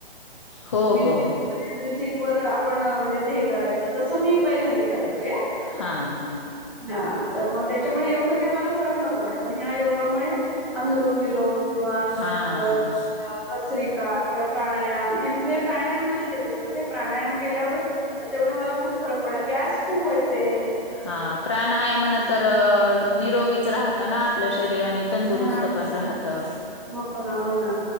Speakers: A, on the left; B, in the centre.
A: हो
B: म्युझिक
A: हो हो
B: म्युझिक वर आपण म्हणजे ते हे करायचं तसं मी पहिल्यांदी करायचे.
A: हा हा
B: हा तर मग त्या त्याच्यामुळे एवढं काही मला फरक नव्हता पडला पण ह्या योगामुळे अनुलोम विलोम किंवा
A: हां,
B: अ बसरिका किंवा प्राणायाम हे हे प्राणायाम मध्येच येतं सगळं हे प्राणायाम केल्यावर तेवढं मला खूप फरक पडला गॅस खूप व्हायचे
A: हा प्राणायामन तर निरोगीच राहत ना आपल शरीर आणि तंदुरुस्त
B: हा
A: पण राहतं.
B: हो ना हो ना